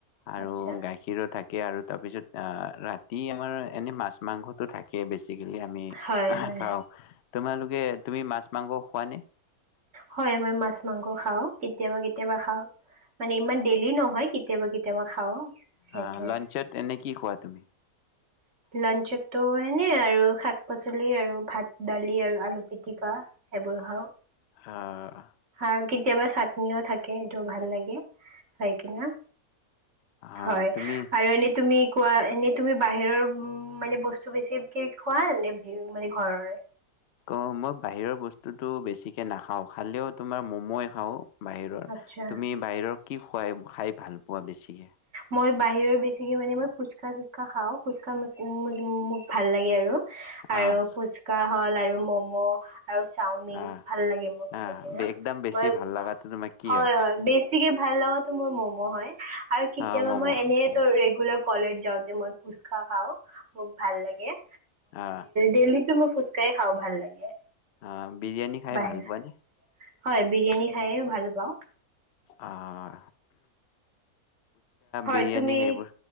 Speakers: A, on the left (about 60°); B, on the right (about 50°).
A: আৰু
B: আচ্ছা
A: গাখীৰো থাকে আৰু তাৰপিছত আহ ৰাতি আমাৰ এনে মাছ মাংসতো থাকে বেছিকেলি আমি
B: হয় হয়
A: খাওঁ। তোমালোকে তুমি মাছ মাংস খোৱা নে।
B: হয় মই মাছ মাংস খাওঁ কেতিয়াবা কেতিয়াবা খাওঁ। মানে ইমান ডেইেলি নহয়। কেতিয়াবা কেতিয়াবা খাওঁ সেইটোৱে
A: হ লাানঞ্চত এনে কি কোৱা তুমি।
B: লঞ্চতটো এনে আৰু শাক পাচলি আৰু ভাত দালি আৰু আলু পিতিকা সেইবোৰ খাওঁ।
A: অহ।
B: আৰু কেতিয়াবা চাটনিও থাকে সেইটো ভাল লাগে। হয় কি ন
A: অ
B: হয়
A: তুমি
B: আৰু এনেই তুমি। কোৱা এনেই তুমি। বাহিৰৰ উ মানে বস্তু বেছি কি খোৱা। নে মানে ঘৰৰে।
A: অ মই বাহিৰৰ বস্তুতো বেছিকে নাখাওঁ। খালেও তোমাৰ মমে খাওঁ। বাহিৰৰ
B: আচ্ছা
A: তুমি বাহিৰৰ। কি খুৱাই খাই ভাল পোৱা বেছিকে।
B: মই বাহিৰৰ বেছিকৈ মানে মই ফুচকা চুচকা খাওঁ ফুচকা মোক ভাল লাগে আৰু। আৰু
A: আহ
B: ফুচকাহ। হল আৰু ম'ম'। আৰু চাওমিন
A: আহ
B: ভাল লাগে মোৰ খাই
A: আহ
B: কিনে
A: একদম বেছি
B: মই
A: ভাল লগাটো তোমাৰ কি
B: হয় হয় বেছি। তিকে ভাল লগাাতো মোৰ ম'ম' হয় আৰু। কেতিয়াবা
A: আহ ম'ম'
B: মই
A: আহ
B: এনেই ৰেগুলাৰ। কলেজ যাওঁতে মই কুচখা খাওঁ। খুব ভাল লাগে
A: আহ
B: দেলি। তুমি ফুচকাঢ়ি খাওঁ ভাল লাগে।
A: অ বিৰিয়ানী খাই
B: বাহিৰ
A: ভাল পোৱা নে।
B: হয় বিৰিয়ানী খাইে ভাল পাওঁ।
A: অহ।
B: হয়
A: বিৰিয়ানী
B: তুমি
A: সেইবোৰ